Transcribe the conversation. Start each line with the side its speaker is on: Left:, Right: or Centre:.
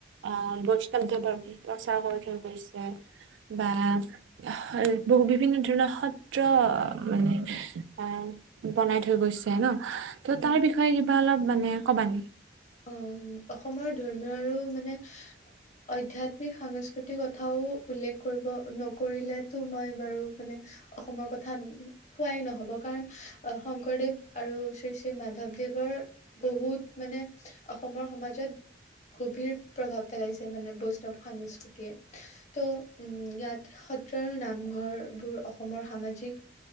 Right: আঁহ বস- তেনেকে ধৰক প্ৰচাৰ কৰি থৈ গৈছে, বা- হয়, বহু বিভিন্ন ধৰণৰ সত্ৰ মানে আহ- বনাই থৈ গৈছে ন, ত'
Left: উম।
Right: তাৰ বিষয়ে কিবা অলপ মানে কবা নেকি?
Left: অঁ অসমৰ ধৰ্মীয় আৰু মানে- আধয়াত্মিক সাংস্কৃতিক কথাও উল্লেখ কৰিব নকৰিলেতো মই বাৰু মানে- অসমৰ কথা কোৱাই নহব, কাৰণ- অ শংকৰদেৱ আৰু শ্ৰী শ্ৰী মাধৱদেৱৰ বহুত মানে- অসমৰ সমাজত গভীৰ প্ৰভাৱ পেলাইছে মানে বৈষ্ণৱ সংস্কৃতি- তিয়ে, ত' উম ইয়াত সত্ৰ আৰু নামঘৰবোৰ অসমৰ সামাজিক-